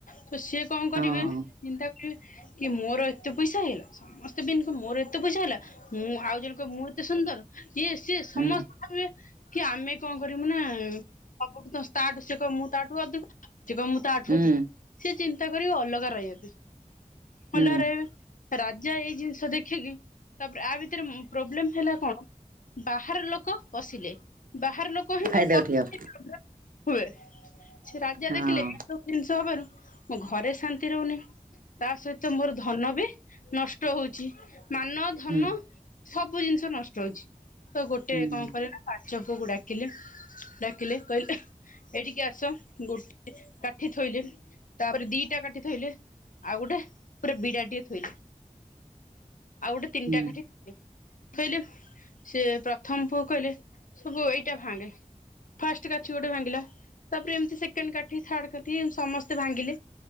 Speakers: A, on the left; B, on the right.
A: ତ ସିଏ କଣ କରିବେ
B: ହଁ
A: ଚନ୍ତା କି ମୋର ଏତେ ପଇସା ହେଇଗଲା। ସମସ୍ତେ ବି ଇନକମ୍ ମୋର ଏତେ ପଇସା ହେଲା। ମୁଁ ଆଉ ଦି ଜଣ କହିବେ ମୁଁ ଏତେ ସୁନ୍ଦର, ଇଏ ସିଏ
B: ହୁଁ
A: ସମସ୍ତେ ଭାବିବେ କି ଆମେ କଣ କରିବ୍ ରେ ମୁଁ ନା ସବୁ ଠୁ ତାର ସେ କହିବ ମୁଁ ତାଠୁ ଅଧିକ ସେ କହିବ ମୁଁ ତା ଠୁ
B: ହୁଁ
A: ଅଧିକ। ସେ ଚିନ୍ତା କରିବେ ଅଲଗା ରହିବା
B: ହୁଁ
A: ପାଇଁ ଅଲଗା ରହିବେ। ରାଜା ଏଇ ଜିନିଷ ଦେଖିକି ତା ପରେ ଆ ଭିତରେ ଉଁ ପ୍ରୋବ୍ଲେମ ହେଲା କଣ? ବାହାର ଲୋକ ପସିଲେ ବାହାର ଲୋକ ହିଁ
B: ଫାଇଦା
A: ପ-ପସିଲେ
B: ଉଠେଇବ
A: <inaudible> ପ୍ରୋବେଲମ୍ ହୁଏ। ରାଜା
B: ହଁ
A: ଦେଖିଲେ ଏ ସବୁ ଜିନିଷ ହବାରୁ ମୋ ଘରେ ଶାନ୍ତି ରହୁନି, ତା ସହିତ ମୋର ଧନ ବି ନଷ୍ଟ ହଉଛି। ମାନ ଧନ
B: ହୁଁ
A: ସବୁ ଜିନିଷ ନଷ୍ଟ ହଉଛି, ତ ଗୋଟେ
B: ହୁଁ
A: କଣ କରିବନା ପାଚକକୁ ଡାକ ପିଲେ, ଡାକିଲେ କହିଲେ? ଏଇଠିକି ଆସ, ଗୋଟେ କାଠି ଥୋଇଲେ, ତାପରେ ଦିଟା କାଠି ଥୋଇଲେ ଆଉ ଗୋଟେ ପୁରା ବିଡ଼ା ଟିଏ ଥୋଇଲେ
B: <inaudible>
A: ଆଉ ଗୋଟେ ତିନିଟା
B: ହୁଁ
A: କାଠି ଥୋଇଲେ, ସେ ପ୍ରଥମ ପୁଅ କହିଲେ ସବୁ ଏଇ <unintelligible> ଫାଷ୍ଟ କାଠି ଗୋଟେ ଭାଙ୍ଗିଲା, ତାପରେ ଏମିତି ସେକେଣ୍ଡ କାଠି, ଥାର୍ଡ କାଠି ସମସ୍ତେ ଭାଙ୍ଗିଲେ।